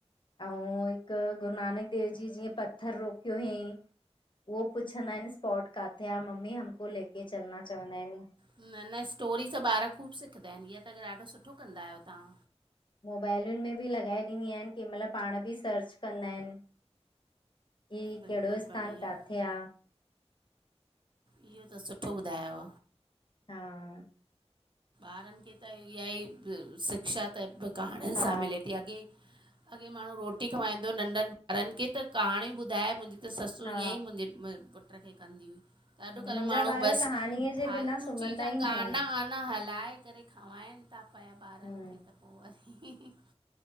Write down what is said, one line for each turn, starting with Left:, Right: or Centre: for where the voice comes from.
Left: अंउं हिकु गुरुनानक देव जी जीअं पत्थर रोकियो हुअईं उहो पुछंदा हिनि स्पॉट काथे आ, मम्मी हमको लेके चलना चवंदा हिनि।
Right: न -न, स्टोरी सां ॿार ख़ूब सिखंदा हिनि, ईअ त ॾाढो सुठो कंदा आहियो तव्हां।
Left: मोबाइलियुनि में बि लॻाए ॾींदी आहियान, कंहिंमहिल पांण बि सर्च कंदा हिनि की
Right: बिल्कुलु
Left: कहिड़ो स्थान
Right: बढ़िया
Left: काथे आ
Right: इह्यो त सुठो ॿुधायुव
Left: हा
Right: ॿारनि खे त इह्या ई शिक्षा त बि, कहाणियुन
Left: हा
Right: सां मिले थी अॻे अॻे माण्हूं रोटी खवांईंदो नंढनि ॿारनि खे त कहाणीयूं ॿुधाए मुंजी त ससु
Left: हा
Right: ईंयंई मुंजे पुट्र खे कंदी हुई, त अॼुकल्ह
Left: मुंहिंजा
Right: माण्हूं
Left: ॿार
Right: बसि
Left: कहाणीअ
Right: फालतू
Left: जे बिना सुम्हंदा
Right: चीजां
Left: ई न
Right: गाना
Left: आहिनि
Right: वाना हलाए करे खंवाइनि ता पया ॿारनि
Left: हम्म,
Right: खे त पो वरी